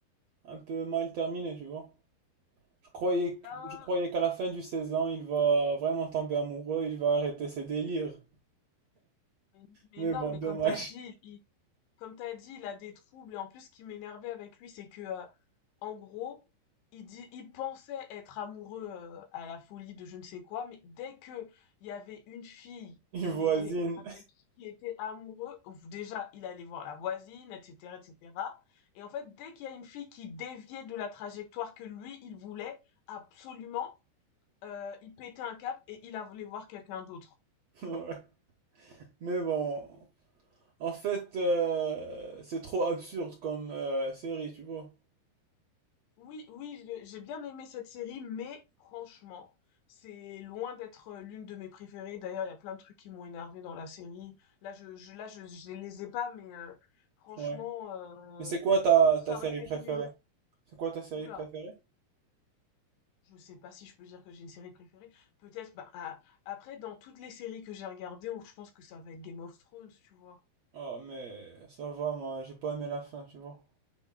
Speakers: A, on the right; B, on the left.
A: un peu mal terminé, tu vois. Je croyais,
B: Ben,
A: je croyais qu'à la fin du saison il va vraiment tomber amoureux, il va arrêter ses délires.
B: mais, mais
A: Mais
B: non,
A: bon,
B: mais
A: dommage,
B: comme t'as dit, il, comme t'as dit, il a des troubles. Et en plus, ce qui m'énervait avec lui, c'est que, euh, en gros, il dit, il pensait être amoureux euh, à la folie de je ne sais quoi, mais dès que il y avait une fille
A: il
B: qu'il
A: voisine.
B: était, avec qui il était amoureux, ouf, déjà, il allait voir la voisine, etc., etc. Et cetera. Et en fait, dès qu'il y a une fille qui déviait de la trajectoire que lui, il voulait absolument, euh, il pétait un cap et il a voulu voir quelqu'un d'autre.
A: <laughs> Ouais. Mais bon, en fait, euh, c'est trop absurde comme euh, série, tu vois.
B: Oui, oui, j'ai j'ai bien aimé cette série, mais franchement, c'est loin d'être euh, l'une de mes préférées. D'ailleurs, il y a plein de trucs qui m'ont énervé dans la série. Là, je, je, là, je, je les ai pas, mais euh, franchement,
A: Ouais.
B: euh,
A: Mais c'est quoi ta,
B: ça
A: ta série
B: aurait pu
A: préférée?
B: être mieux.
A: C'est quoi ta série
B: Oula,
A: préférée?
B: je sais pas si je peux dire que j'ai une série préférée. Peut-être, bah, ah, après, dans toutes les séries que j'ai regardées, on- je pense que ça va être Game of Thrones, tu vois.
A: Oh, mais ça va, moi, j'ai pas aimé la fin, tu vois.